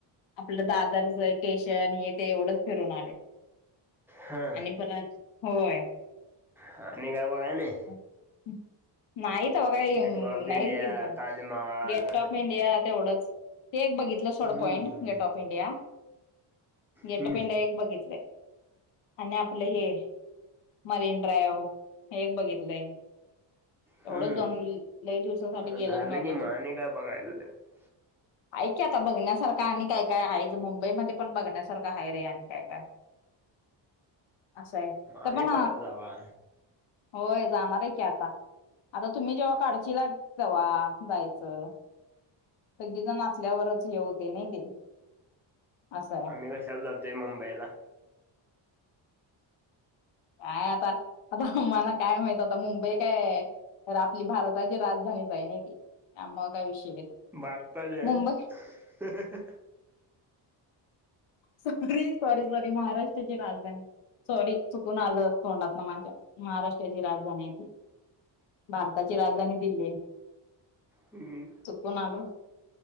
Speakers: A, on the left; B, in the centre.
A: आपलं दादर केशन हे ते एवढंच फिरून आले
B: हा
A: आणि परत होय
B: आणि आणि काय बघाय नाही
A: हम् नाहीत काही
B: गेट वे ऑफ
A: नाहीच
B: इंडिया
A: गेल त
B: Taj Mahal
A: gateway of India तेवढंच ते एक बघितलं
B: हम्म
A: सोड पॉईंट gate of India gate
B: हम्म
A: of इंडिया एक बघितलंय आणि आपलं हे मरीनड्रायव एक बघितलंय
B: हम्म
A: एवढंच दोनही दिवसाांसाठी
B: मग
A: गेल
B: झालं
A: नव्हतं
B: की मग
A: ते
B: आणि काय बघायचं त्यात
A: ऐ की आता बघण्यासारखं आणि काय काय आहेच मुंबईमध्ये पण बघण्यासारखं आहे रे आणि काय काय असं आहे
B: आणि
A: तर पण
B: परत जावा
A: होय जाणार आहे की आता आता तुम्ही जेव्हा काढची ला तेव्हा जायचं सगी तर नाचल्यावरच हेवते नाही ते असंय
B: आम्ही कशाला जातोय मुंबईला
A: काय आता मला काय माहित मुंबई काय तर आपली भारताची राजधानीच आहे नाही ते मग काय विषय
B: भारता ज आहे
A: मुंबई सॉरी सॉरी सॉरी महाराष्ट्राची राजधानी सॉरी चुकून आलं तोंडात ना माझ्या महाराष्ट्राची राजधानी आहे ती भारताची राजधानी दिल्ली
B: हम
A: चुकून आलो